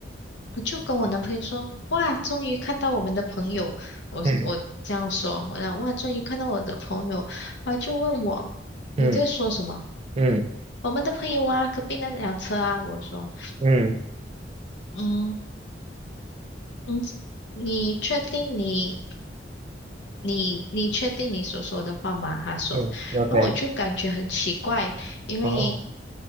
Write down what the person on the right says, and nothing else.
嗯
嗯嗯
嗯
嗯，OK，
哦